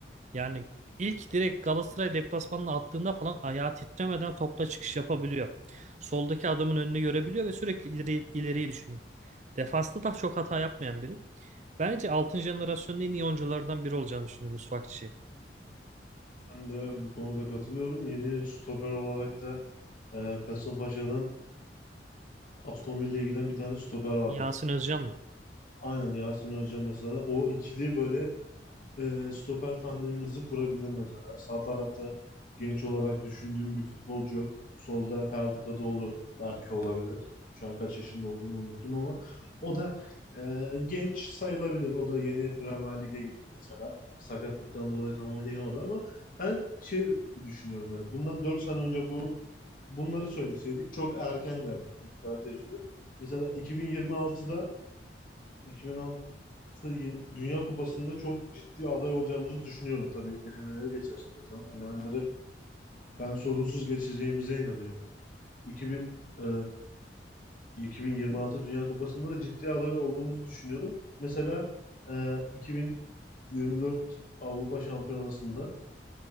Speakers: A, on the right; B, on the left.
A: Yani ilk direkt Galatasaray deplasmanına attığında falan ayağı titremeden topla çıkış yapabiliyor. Soldaki adamın önünü görebiliyor ve sürekli ileri, ileriyi düşünüyor. Defansta daha çok hata yapmayan biri. Bence 6. jenerasyonun en iyi oyunculardan biri olacağını düşünüyorum Yusuf Akçi.
B: Ben de bu konuda katılıyorum. Yeni stoper olarak da e, Kasımpaşa'dan Aston Villa'ya giden bir tane stoper vardı.
A: Yasin Özcan mı?
B: Aynen Yasin Özcan mesela. O ikili böyle e, stoper tandemimizi kurabilir mesela. Sağ tarafta genç olarak düşündüğüm bir futbolcu yok. Solda Ferdi Kadıoğlu belki olabilir. Şu an kaç yaşında olduğunu unuttum ama o da e, genç sayılabilir. O da yeni Premier Lig'e gitti mesela. Sakatlıktan dolayı tam oynayamadı ama ben şey düşünüyorum yani bundan 4 sene önce bu bunları söyleseydik çok erken derdik çünkü daha tecrübe. Mesela 2026'da 2006 Ye- Dünya Kupası'nda çok ciddi aday olacağımızı düşünüyorum tabii elemeleri geçersek hocam. Elemeleri ben sorunsuz geçeceğimize inanıyorum. 2000 eee, 2026 Dünya Kupası'nda da ciddi aday olduğumuzu düşünüyorum. Mesela eee, 2024 Avrupa Şampiyonası'nda